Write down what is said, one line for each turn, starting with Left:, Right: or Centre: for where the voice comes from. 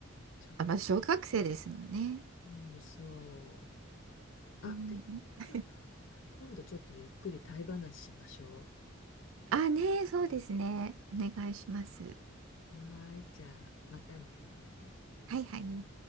Left: ちょっと、
Right: あ、まず小学生ですもんね。
Left: うん、そう。
Right: うん、
Left: あ、でも、ある、今度ちょっとゆっくりタイ話しましょ
Right: あ、ねえ、そうですね。お願いします。
Left: う。はーい、じゃあ、またね。
Right: はいはい。